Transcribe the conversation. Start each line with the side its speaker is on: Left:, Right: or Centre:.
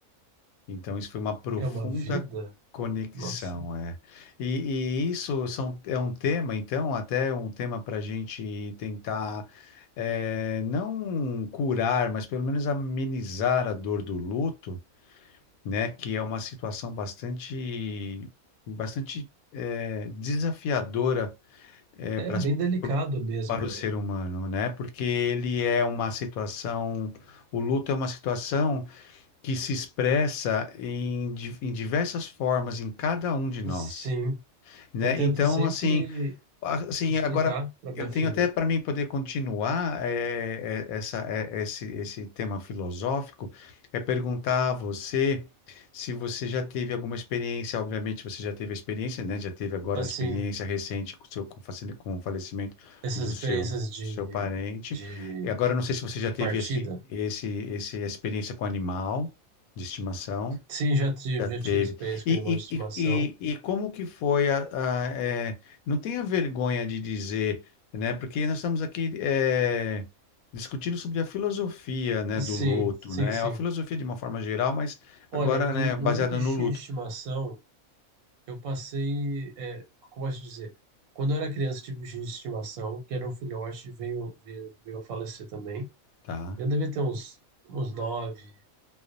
Left: Então, isso foi uma profunda
Right: É uma vida?
Left: conexão,
Right: Nossa.
Left: é. E, e isso são, é um tema, então, até um tema para a gente tentar, é, não curar, mas pelo menos amenizar a dor do luto, né? Que é uma situação bastante, bastante, é, desafiadora, é,
Right: É
Left: para
Right: bem delicado mesmo,
Left: para o ser
Right: né?
Left: humano, né? Porque ele é uma situação, o luto é uma situação que se expressa em, di- em diversas formas em cada um de nós,
Right: Sim.
Left: né?
Right: Eu tento
Left: Então,
Right: sempre
Left: assim, ah, Assim,
Right: explicar
Left: agora
Right: para minha
Left: eu tenho
Right: filha.
Left: até para mim poder continuar eh, eh, essa, eh, esse, esse tema filosófico, é perguntar a você se você já teve alguma experiência, obviamente você já teve a experiência, né? Já teve agora
Right: Assim.
Left: a experiência recente com o seu, com o facile- com o falecimento
Right: Essas
Left: do
Right: experiências
Left: seu,
Right: de,
Left: do seu parente.
Right: de,
Left: E agora eu não sei se você já
Right: de
Left: teve
Right: partida.
Left: esse, esse, esse, experiência com animal de estimação.
Right: Sim, já tive,
Left: Já teve.
Right: já tive experiência
Left: E,
Right: com animal de estimação.
Left: e, e, e e como que foi a, a- é, não tenha vergonha de dizer, né? Porque nós estamos aqui é, discutindo sobre a filosofia, né,
Right: Sim,
Left: do luto,
Right: sim,
Left: né?
Right: sim.
Left: A filosofia de uma forma geral, mas agora,
Right: Olha, do,
Left: né,
Right: do
Left: baseada
Right: meu bichinho
Left: no luto,
Right: de estimação, eu passei, é, como posso dizer? Quando eu era criança, tive bichinho de estimação, que era um filhote, veio, veio, veio a falecer também.
Left: tá?
Right: Eu devia ter uns, uns nove